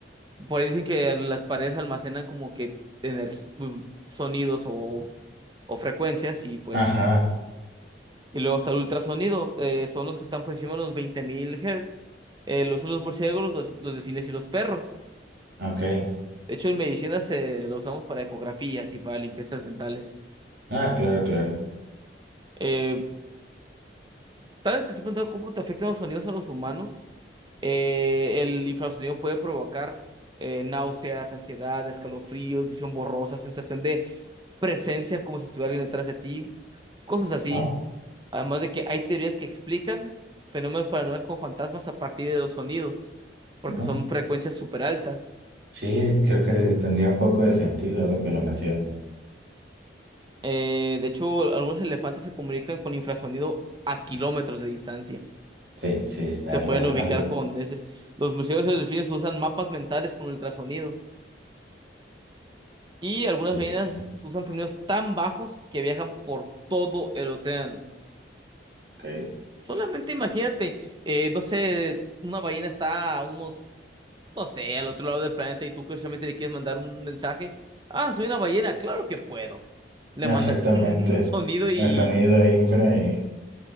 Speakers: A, on the right (about 25°); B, on the right (about 60°).
A: Por ahí dicen que las paredes almacenan como que energi- sonidos o, o frecuencias y pues...
B: ajá,
A: Y luego está el ultrasonido, eh, son los que están por encima de los 20.000 Hz. Eh, los son los murciélagos, los, los delfines y los perros.
B: ok.
A: De hecho, en medicina se la usamos para ecografías y para limpiezas dentales.
B: Ah, claro, claro.
A: Eh, tal vez te has preguntado cómo te afectan los sonidos a los humanos. Eh, el infrasonido puede provocar eh, náuseas, ansiedad, escalofríos, visión borrosa, sensación de presencia como si estuviera alguien detrás de ti, cosas así.
B: Ah,
A: Además de que hay teorías que explican fenómenos paranormales como fantasmas a partir de los sonidos, porque
B: ah.
A: son frecuencias súper altas.
B: Sí, creo que sí, tendría un poco de sentido ahora que lo mencionan.
A: Eh, de hecho, algunos elefantes se comunican con infrasonido a kilómetros de distancia.
B: Sí, sí, es
A: Se
B: algo,
A: pueden ubicar
B: algo.
A: con ese. Los museos de delfines usan mapas mentales con ultrasonido. Y algunas
B: Sí,
A: ballenas
B: sí, sí.
A: usan sonidos tan bajos que viajan por todo el océano.
B: Ok.
A: Solamente imagínate, eh, no sé, una ballena está a unos, no sé, al otro lado del planeta y tú curiosamente le quieres mandar un mensaje. Ah, soy una ballena, claro que puedo. Le
B: Exactamente.
A: mandas <laughs> un sonido y
B: El sonido infra y...